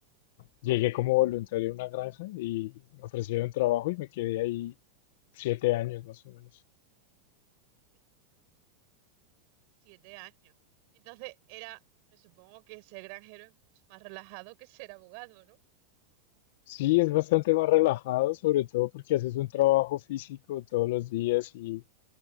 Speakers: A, on the left; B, on the right.
A: Llegué como voluntario a una granja y me ofrecieron trabajo y me quedé ahí siete años más o menos.
B: Viste, Siete años. Entonces era, me supongo que ser granjero es mucho más relajado que ser abogado, ¿no?
A: Sí, es bastante más relajado, sobre todo porque haces un trabajo físico todos los días y